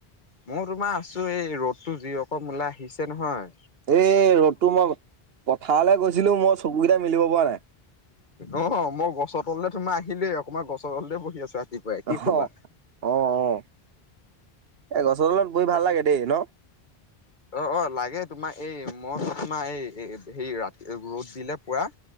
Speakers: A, on the left; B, on the right.
A: মই তোমাৰ আছো এই ৰ'দতো যি ৰকম উলাই আহিছে নহয়।
B: এই ৰ'দতটো, মই পথাৰলৈ গৈছিলো মই চকুকেইটা মেলিব পৰা নাই।
A: অ' মই গছৰ তললে তোমাৰ আহিলোই অকমান গছৰ তলতে বহি আছো ৰাতিপুৱাই। কি
B: অ',
A: কবা
B: অ' অ' এ গছৰ তলত বহি
A: বাকী
B: ভাল লাগে দেই ন।
A: অ' অ' লাগে তোমাৰ এই মই তোমাৰ এই হে ৰাতি ৰ'দ দিলে। পুৰা